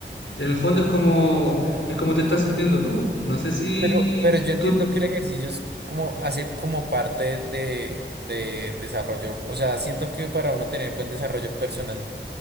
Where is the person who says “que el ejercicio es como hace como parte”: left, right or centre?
Right